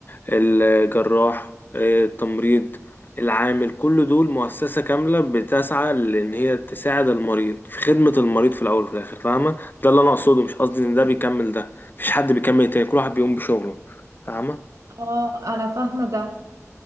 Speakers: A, on the left; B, on the right.
A: الجراح آه، التمريض العامل كل دول مؤسسة كاملة بتسعى لأن هي تساعد المريض في خدمة المريض في الأول وفي الآخر فاهمة ده اللي أنا أقصده مش قصدي إن ده بيكمل ده مفيش حد بيكمل التاني كل واحد بيقوم بشغله فاهمة
B: اه انا فاهمة ده